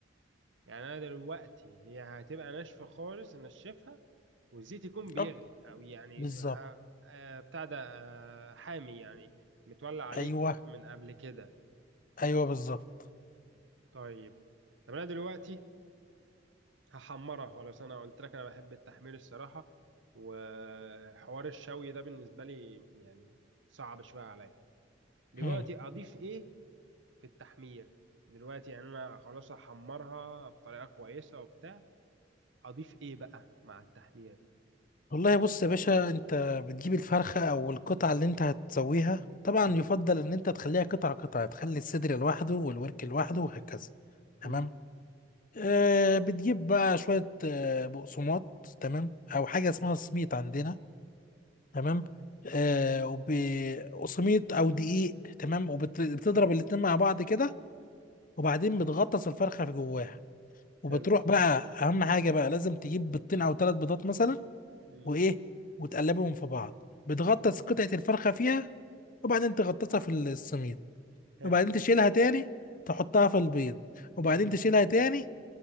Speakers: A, on the right (about 80°); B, on the left (about 45°).
A: يعني انا دلوقتي هي هتبقى ناشفه خالص انشفها والزيت يكون بيغلي
B: اه
A: او يعني
B: بالظبط
A: آه، آه، بتاع ده آه، حامي يعني متولع عليه
B: ايوه
A: من قبل كده
B: ايوه بالظبط
A: طيب طب انا دلوقتي هحمرها خلاص انا قلت لك انا بحب التحمير الصراحه وحوار الشوي ده بالنسبه لي يعني صعب شويه عليا دلوقتي
B: مم.
A: اضيف ايه في التحمير دلوقتي يعني انا خلاص هحمرها بطريقه كويسه وبتاع اضيف ايه بقى مع التحمير
B: والله بص يا باشا انت بتجيب الفرخة او القطعة اللي انت هتسويها طبعا
A: امم
B: يفضل ان انت تخليها قطعة قطعة تخلي الصدر لوحده والورك لوحده وهكذا تمام
A: امم
B: آه بتجيب بقى شوية آه بقسماط تمام او حاجة اسمها سميط عندنا تمام آه وبقسميط او دقيق تمام وبتضرب الاتنين مع بعض كده وبعدين
A: ماشي
B: بتغطس الفرخه في جواها وبتروح
A: حلو
B: بقى اهم حاجه بقى لازم تجيب بيضتين او ثلاث بيضات مثلا
A: امم
B: وايه وتقلبهم في بعض بتغطس قطعه الفرخه فيها وبعدين تغطسها في السميد
A: حلو
B: وبعدين تشيلها تاني تحطها في البيض وبعدين
A: امم
B: تشيلها تاني